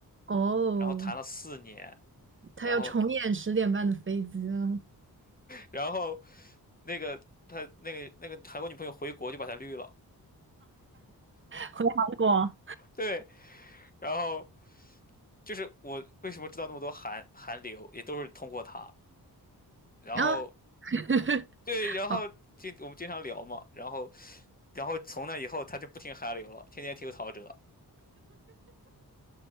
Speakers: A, on the right (about 30°); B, on the left (about 25°).
A: 哦，
B: 然后谈了四年，
A: 他要重演十点半的飞机了，
B: 然后然后那个他那个那个韩国女朋友回国就把他绿了，
A: 回韩国。
B: 对，然后就是我为什么知道那么多韩韩流，也都是通过他，
A: <laughs>
B: 然后
A: 然后，<laughs>
B: 对，然后经我们经常聊嘛，
A: 好，
B: 然后然后从那以后他就不听韩流了，天天听陶喆，